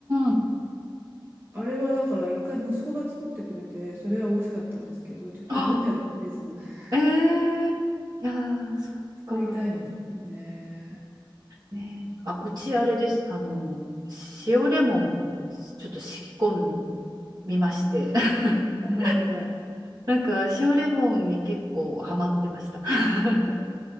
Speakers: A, on the right; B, on the right.
A: ん。
B: あれはだから一回息子が作ってくれて、それは美味しかったんですけど、ちょっと自分ではできず
A: あ、
B: <laughs>
A: えー、いやー、そっか。
B: 作りたいんですけどね。
A: ねえ、あ、うちあれです。あの、塩レモンをちょっと仕込んみまして。<laughs>
B: はいはいはい。
A: なんか塩レモンに結構ハマってました。<laughs>